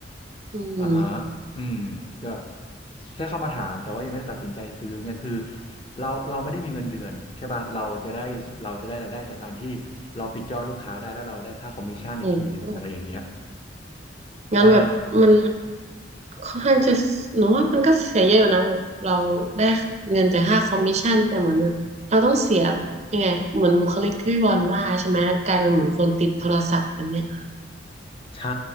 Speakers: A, on the right; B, on the left.
A: อืม
B: อ่าฮะอืมแบบแค่เข้ามาถามแต่ว่ายังไม่ได้ตัดสินใจซื้อเนี่ยคือเราเราไม่ได้มีเงินเดือนใช่ป่ะเราจะได้เราจะได้รายได้จากการที่เราปิดยอดลูกค้าได้แล้วเราได้ค่าคอมมิชชั่นอีกทีหนึ่งอะไรอย่างเงี้ย
A: โอ้โหงั้นแบบมัน
B: เออ
A: ค่อนข้างจะหนูว่ามันก็เสียเยอะอยู่นะแบบเราได้เงินจากค่าคอมมิชชั่นแต่เหมือนแบบเราต้องเสียยังไงเหมือนบุคลิกที่พี่บอลว่าใช่ไหมแล้วกลายเป็นเหมือนคนติดโทรศัพท์แบบเนี้ย
B: ใช่